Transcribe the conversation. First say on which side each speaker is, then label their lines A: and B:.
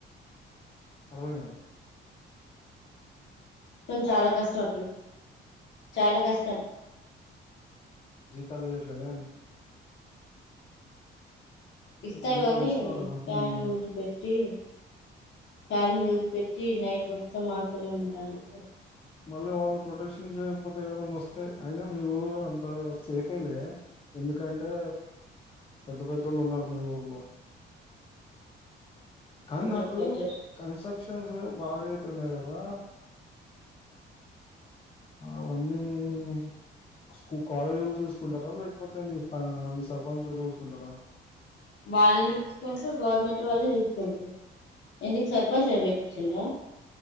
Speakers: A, on the left (about 30°); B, on the left (about 65°).
A: అవునా అ
B: తం చాలా కస్తా చాలా కష్టం
A: చలి ఎట్లేద
B: ఇస్తాయి
A: జీతాలు
B: గాని
A: ఇస్తున్నారుగా
B: పాని
A: ఉమ్
B: జ పెట్టి ఫ్యాన్ వెలి పెెట్టి నైట్ మొత్తం ఆతూనే ఉండాలంట
A: మళ్ళీ వాళ్ళు ప్రొటెక్షన్ చేయకపోతే ఎవరనా వస్తే అయినా మీ ఊరు అంత సేఫేలే ఎందుకంటే పెద్ద పెద్దోళ్ళు ఉన్నారు మీ ఊర్లో కనీ
B: కొంచెం
A: నాకు
B: బెటర్
A: కస బాగాయితున్నాయి కదా అవన్నీూ కాలేజీ చూ కొంత త్వరగా ఎక్కిపోతాయి అని పానిసలు పనస చూస్కుంటారా
B: వాళ్ళని చూసుకుంటారు గవర్నమెంట్ వాళ్ళు చూసుకుంటారు ఎందుకు సర్పంచ్ ఏమి పెట్టిచ్చిండు